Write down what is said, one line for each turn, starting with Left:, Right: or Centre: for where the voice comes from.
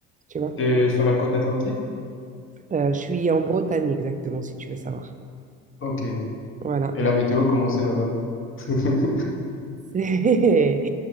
Right: Tu vois.
Left: T'es sur la côte atlantique?
Right: Euh, je suis en Bretagne exactement, si tu veux savoir.
Left: Ok. Et
Right: Voilà.
Left: la météo, comment c'est là-bas? <laughs>
Right: C'est <laughs>